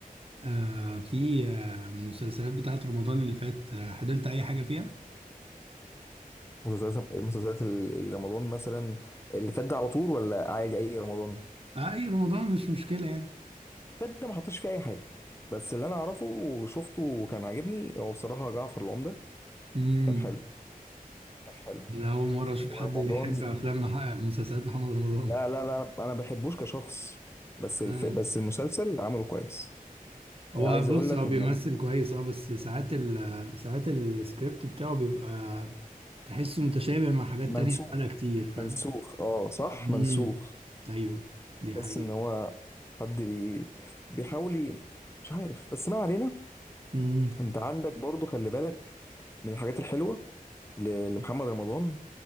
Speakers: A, on the right; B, on the left.
A: آه في آه مسلسلات بتاعت رمضان اللي فات آه حضرت اي حاجة فيها؟
B: مسلسلات مسلسلات ال- ال- رمضان مثلا اللي فات ده على طول ولا عادي اي رمضان
A: آه اي رمضان مش مشكلة يعني
B: اللي فات ده ما حطش فيه اي حاجه بس اللي انا اعرفه وشفته وكان عاجبني هو بصراحه جعفر العمده
A: امم
B: كان حلو كان حلو
A: انا اول مرة اشوف
B: ورمضان
A: حد يحب افلام مح- مسلسلات محمد رمضان
B: لا لا لا انا ما بحبوش كشخص بس الف...
A: آه.
B: بس المسلسل عمله كويس
A: هو
B: آه، عايز
A: بص
B: اقول لك
A: هو بيمثل
B: ان
A: كويس اه بس ساعات ال ساعات السكريبت بتاعه بيبقى تحسه متشابه مع حاجات
B: منسوخ
A: تانية عملها كتير فاهم؟
B: منسوخ اه صح
A: امم
B: منسوخ
A: ايوه دي
B: تحس
A: حقيقة
B: ان هو حد بي بيحاول ي- مش عارف بس ما علينا
A: امم
B: انت عندك برضو خلي بالك من الحاجات الحلوه ل- لمحمد رمضان